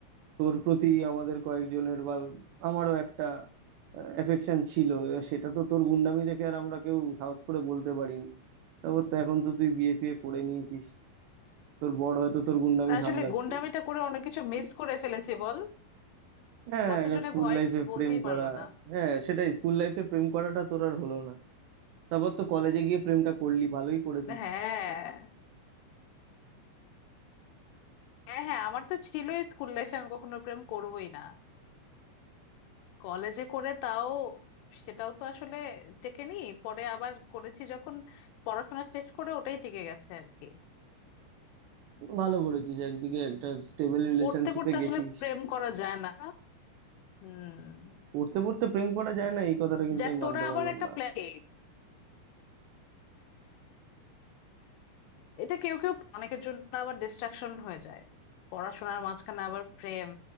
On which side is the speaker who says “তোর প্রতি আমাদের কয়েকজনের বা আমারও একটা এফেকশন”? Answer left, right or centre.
Right